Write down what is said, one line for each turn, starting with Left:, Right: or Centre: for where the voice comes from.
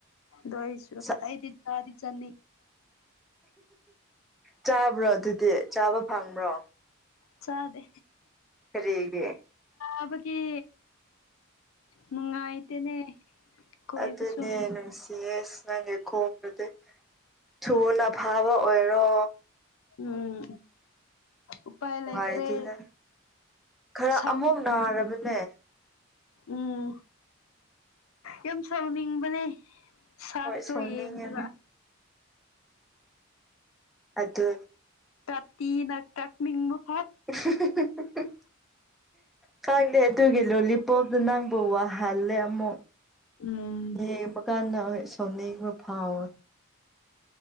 Left: ꯗꯣꯣꯏꯁꯨꯁꯨ
Centre: ꯑꯁ
Left: ꯑꯩꯗꯤ ꯇꯗꯤ ꯆꯅꯤ
Centre: ꯆꯥꯕ꯭ꯔꯣ ꯑꯗꯨꯗꯤ ꯆꯥꯕ ꯐꯪꯕ꯭ꯔꯣ
Left: ꯆꯗꯦ
Centre: ꯁꯔꯒ
Left: ꯑꯕꯒꯤ ꯅꯨꯡꯉꯥꯏꯇꯦꯅꯦ ꯀꯣꯏꯕꯁꯨ
Centre: ꯑꯗꯨꯅꯦ ꯅꯨꯡꯁꯤꯌꯦ ꯑꯁ ꯅꯪꯒꯤ ꯈꯣꯗꯨꯗꯤ ꯊꯨꯅ ꯐꯥꯕ ꯑꯣꯏꯔꯣ
Left: ꯎꯝ ꯎꯄꯥꯏ
Centre: ꯅꯨꯡꯉꯥꯏꯇꯦꯅꯦ
Left: ꯂꯩꯇ꯭ꯔꯦ
Centre: ꯈꯔ
Left: ꯁꯥꯎꯟ
Centre: ꯑꯃꯨꯛ ꯅꯥꯔꯕꯅꯦ
Left: ꯎꯝ ꯌꯥꯝ ꯁꯥꯎꯅꯤꯡꯕꯅꯦ ꯁꯥꯠꯇꯣ
Centre: ꯍꯣꯏ ꯁꯥꯎꯅꯤꯡꯉꯦꯅꯦ
Left: ꯌꯦꯉꯗ
Centre: ꯑꯗꯨ
Left: ꯀꯠꯇꯤ ꯅ ꯀꯛ ꯃꯨꯞ
Centre: <unintelligible> ꯈꯪꯗꯦ ꯑꯗꯨꯒꯤ ꯂꯣꯂꯤꯄꯣꯞꯇ ꯅꯪꯕꯨ ꯋꯥꯍꯜꯂꯦ ꯑꯃꯨꯛ
Left: ꯎꯝ
Centre: ꯌꯦ ꯃꯈꯀꯥꯟꯅ ꯁꯣꯟꯅ ꯃ ꯐꯥꯑꯣ